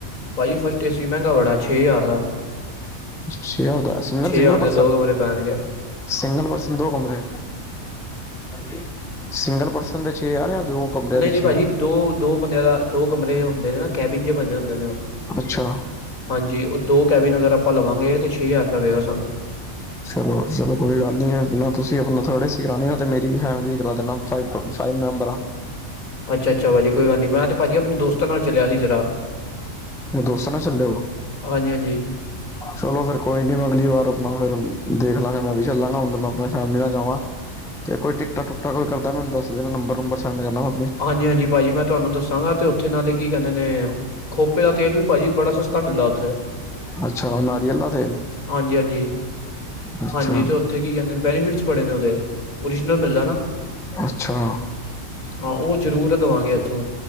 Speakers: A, on the left; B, in the centre.
A: ਭਾਜੀ, ਫਸਟ ਏਂ ਸੀ ਮਹਿੰਗਾ ਬੜਾ ਛੇ ਹਜ਼ਾਰ ਦਾ।
B: ਛੇ ਜਾਰ ਦਾ ਸਿੰਗਲ
A: ਛੇ
B: ਸਿੰਗਲ
A: ਹਜ਼ਾਰ
B: ਪਰਸਨ
A: ਦੇ ਦੋ ਕਮਰੇ ਪੈਣਗੇ
B: ਸਿੰਗਲ ਪਰਸਨ ਦੋ ਕਮਰੇ। ਹਾਂਜੀ ਸਿੰਗਲ ਪਰਸਨ ਦੇ ਛੇ ਜਾਰ ਯਾ ਦੋ। ਕਮਰਿਆਂ
A: ਨਹੀਂ,
B: ਦੇ ਛੇ
A: ਨਹੀਂ ਭਾਜੀ
B: ਹਜ਼ਾਰ
A: ਦੋ, ਦੋ ਬੰਦਿਆਂ ਦਾ ਦੋ ਕਮਰੇ ਹੁੰਦੇ ਨੇ ਨਾ ਕੈਬਿਨ ਜਿਹੇ ਹੁੰਦੇ ਨੇ ਉ।
B: ਅੱਛਾ
A: ਹਾਂਜੀ ਉਹ ਦੋ ਕੈਬਨ ਅਗਰ ਆਪਾਂ ਲਵਾਂਗੇ ਤੇ ਛੇ ਹਜ਼ਾਰ ਰੁਪਇਆ ਪਏਗਾ ਸਾਨੂੰ।
B: ਚਲੋ, ਚਲੋ ਕੋਈ ਗੱਲ ਨੀ ਨਾ ਤੁਸੀਂ ਹੁਣ ਥੋੜੇ ਸਿਆਣੇ ਆ ਤੇ ਮੇਰੀ ਵੀ ਫੈਮਿਲੀ ਦੀ ਕਰਾਦੋ। ਫ ਫਾਈਵ ਮੈਂਬਰ ਆ <unintelligible>
A: ਅੱਛਾ -ਅੱਛਾ ਭਾਜੀ ਕੋਈ ਗੱਲ ਨਹੀਂ ਮੈਂ ਭਾਜੀ ਆਪਣੇ ਦੋਸਤ ਨਾਲ ਚਲਿਆ ਸੀ ਜਰਾ
B: ਦੋਸਤ ਨਾ ਚੱਲੇ ਓ।
A: ਹਾਂਜੀ ਹਾਂਜੀ
B: ਚਲੋ ਫਿਰ ਕੋਈ ਨਹੀਂ ਅਗਲੀ ਵਾਰ ਆਪਣਾ ਫਿਰ ਦੇਖ ਲਾਂਗੇ ਮੈਂ ਵੀ ਆਪਣੀ ਫੈਮਲੀ ਨਾਲ ਜਾਵਾਂ। ਚਲ ਕੋਈ ਟਿਕਟਾਂ ਟੁਕਟਾ ਕੋਈ ਕਰਦਾ ਮੈਨੂੰ ਦੱਸ ਦੇਣਾ ਨੰਬਰ ਨੁਬਰ ਸੈਂਡ ਕਰਨਾ ਵਾ।
A: ਹਾਂਜੀ- ਹਾਂਜੀ ਭਾਜੀ ਮੈਂ ਤੁਹਾਨੂੰ ਦੱਸਾਂਗਾ। ਥੇ ਨਾਲੇ ਕੀ ਕਹਿੰਦੇ ਨੇ ਖੋਪੇ ਦਾ ਤੇਲ ਵੀ ਭਾਜੀ ਬੜਾ ਸਸਤਾ ਮਿਲਦਾ।
B: ਅੱਛਾ ਨਾਰੀਅਲ ਦਾ ਤੇਲ
A: ਹਾਂਜੀ-ਹਾਂਜੀ, ਹਾਂਜੀ
B: ਅੱਛਾ
A: ਹਾਂਜੀ ਤੇ ਉੱਥੇ ਕੀ ਕਹਿੰਦੇ ਨੇ ਬੈਨੀਫਿਟਸ ਬੜੇ ਨੇ ਉਹਦੇ ਓਰੀਜਨਲ ਮਿਲਦਾ ਨਾ।
B: ਅੱਛਾ
A: ਹਾਂ ਉਹ ਜ਼ਰੂਰ ਲਵਾਂਗੇ ਐਥੋਂ